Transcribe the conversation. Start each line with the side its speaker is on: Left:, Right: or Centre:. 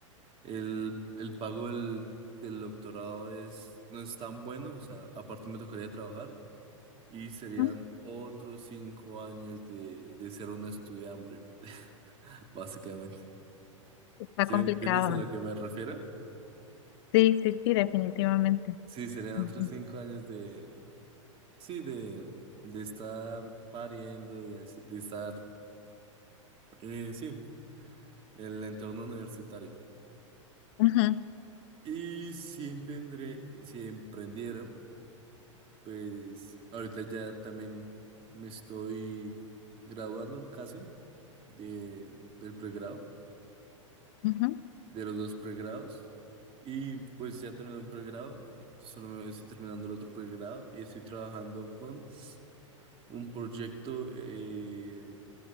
Right: el, el pago del, del doctorado es, no es tan bueno, o sea, aparte me tocaría trabajar y serían
Left: Ujú.
Right: otros cinco años de, de ser un estudiante, <laughs> básicamente.
Left: Está
Right: ¿Sí
Left: complicado.
Right: me entiendes a lo que me refiero?
Left: Sí, sí, sí, definitivamente.
Right: Sí, serían
Left: Ujú.
Right: otros cinco años de, sí, de, de estar pariendo y así, de estar Eh, sí, el entorno universitario.
Left: Ujú,
Right: Y si emprendre- si emprendiera, pues ahorita ya también me estoy graduando casi de, del pregrado,
Left: ujú.
Right: de los dos pregrados. Y pues ya terminé un pregrado, solo me estoy terminando el otro pregrado y estoy trabajando con un proyecto eh,